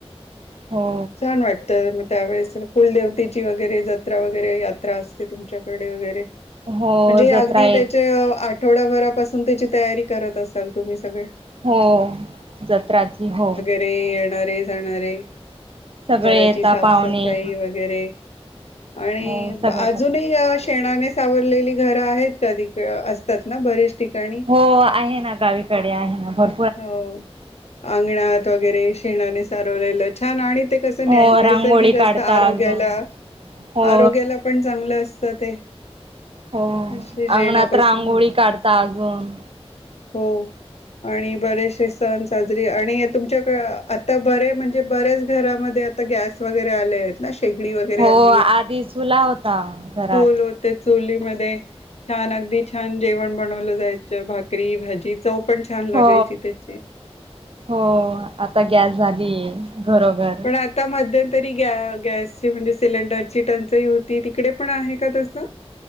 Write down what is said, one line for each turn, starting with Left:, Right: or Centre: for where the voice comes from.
Right: हो
Left: छान वाटतं तर मग त्यावेळेस कुलदेवतेची वगैरे जत्रा वगैरे यात्रा असते तुमच्याकडे वगैरे म्हणजे
Right: हो जत्रा
Left: अगदी
Right: येत
Left: त्याच्या आठवड्याभरापासून त्याची तयारी करत असाल तुम्ही सगळे?
Right: हो जत्राची हो
Left: ते येणारे जाणारे
Right: सगळे
Left: घराची
Right: येता
Left: साफसफाई
Right: पाहुणे
Left: वगै रे आणि
Right: हो सगळे
Left: अजूनही
Right: करतात
Left: अशी शेणाने सावरलेली घरं आहेत का तिकड असतात ना बरीेच ठिकाणी
Right: हो आहे ना गावीकडे आहे ना भर
Left: हो, अंगणात वगैरे शेणाने सारवलेलं छान आणि ते कसं
Right: हो
Left: न नैसर्गिक
Right: रांगोळी काढता
Left: असतं. आरोग्याला
Right: अजून हो
Left: आरोग्याला पण चांगलं असतं ते
Right: हो
Left: येण्यापासून
Right: अंगणात रांगोळी काढता अजून
Left: हो आणि बरेचसे सण साजरी आणि तुमच्याक आता बरे म्हणजे बऱ्याच घरामध्ये आता गॅस वगैरे आलेत ना शेगडी वगैरे
Right: हो
Left: आलीये
Right: आधी चुला होता घरात
Left: चूल ते चुलीमध्ये छान अगदी छान जेवण बनवलं जायच भाकरी भाजी चव पण छान
Right: हो
Left: लागायची त्याची
Right: हो आता गॅस झाली घरोघर
Left: पण आता मध्यंतरी गॅ गॅसची म्हणजे सिलेंडरची टंचाई होती तिकडे पण आहे का तसं?